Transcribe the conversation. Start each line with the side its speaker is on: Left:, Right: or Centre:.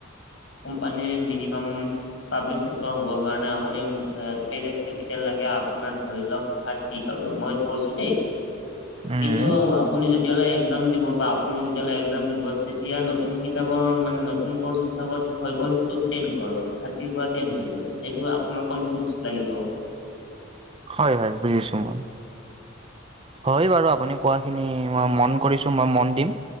Left: কোম্পানীৰে মিনিমাম পাব্লিক চেক্টৰ হ'বৰ কাৰণে আপুনি পেড এড কেপিটেল লাগে, আপোনাৰ ধৰি লওক থাৰ্ট টিক আৰু মই কৈছো দেই
Right: উম
Left: কিন্তু আ পুনি যেতিয়ালৈ এক্সাম দিব বা আপুনি যেতিয়ালৈ এক্সাম দিব, তেতিয়া নতুন কিতাপৰ মানে নতুন কৰ্চ হিচাপত হৈ গ'ল সেইটো টেন কৰৰ, থাৰ্টিৰ পৰা টেন হৈ গ'ল সেইবোৰ আপোনাৰ কনফিউজ লাগি যাব।
Right: হয় হয়, বুজিছো মই। হয় বাৰু আপুনি কোৱাখিনি মই মন কৰিছো, মই মন দিম।